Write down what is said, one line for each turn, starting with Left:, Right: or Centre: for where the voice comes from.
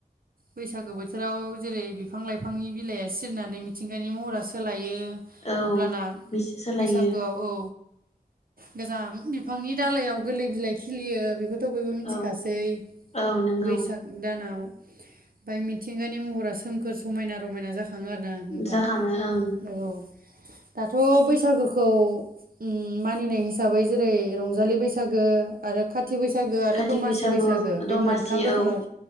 Right: बैसागो बोथोराव जेरै बिफां लाइफांनि बिलाइया सिरिनानै मिथिंगानि महरा सोलायो।
Left: औ
Right: अब्लाना
Left: मिस सोलायो
Right: बैसागोआव औ। गोजाम बिफांनि दालायाव गोरलै बिलाइ खिलियो बे बेखौथ बयबो मिथिखासै।
Left: औ औ नंगौ
Right: बैसाग दानाव ओमफाय मिथिंगानि महरा सोमखोर समायना रमायना जाख थाङो आरो ना नोंथां
Left: जाखाङो ओं
Right: औ दाथ बैसागोखौ ओम मानिनाय हिसाबै जेरै रंजालि बैसागो आरो खाथि खााथि बैसागो आरो
Left: कातिक
Right: दमासि
Left: बैसागु
Right: बैसागो बे
Left: दमासि
Right: मोन मोनथाम रोखोमाव
Left: औ